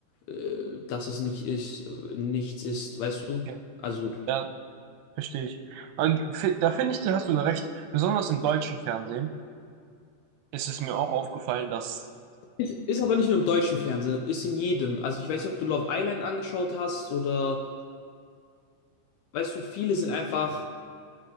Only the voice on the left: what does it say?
äh, dass es nicht ist, äh, nichts ist, weißt du?
Also,
ist, ist aber nicht nur im deutschen Fernsehen, ist in jedem. Also ich weiß nicht, ob du Love Island angeschaut hast oder, weißt du, viele sind einfach